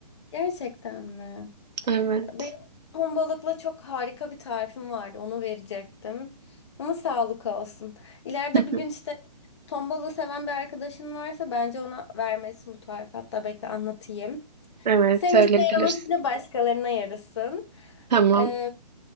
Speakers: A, on the left; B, on the right.
A: Gerçekten mi?
B: Evet.
A: Benim ton balıkla çok harika bir tarifim vardı. Onu verecektim. Ama sağlık olsun. İleride
B: <laughs>
A: bir gün işte ton balığı seven bir arkadaşın varsa bence ona vermesin bu tarifi. Hatta bekle anlatayım.
B: Evet,
A: Senin
B: söyleyebilirsin.
A: işine yaraması bile başkalarına yarasın.
B: Tamam.
A: E,